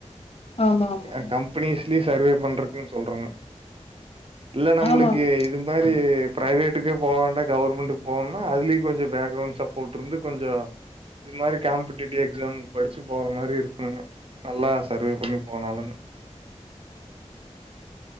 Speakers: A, on the left; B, on the right.
A: ஆமா ஆமா
B: அ கம்பெனிஸ்லயு சர்வே பண்றக்குங் சொல்றங்க இல்ல நம்மளுக்கு
A: ஆமா ஆமா
B: இது மாரி பிரைவேட்டுக்கே போவேண்டா கவர்மெண்ட்டுக்கு போவம்னா அதுலயு கொஞ்ச பேக்ரவுண்ட் சப்போட் இருந்து கொஞ்ச இது மாரி காம்படிட்டிவ் எக்ஸாம்க்கு படிச்சு போற மாரி இருக்ணுங்க நல்லா சர்வே பண்ணி போனாலுங்க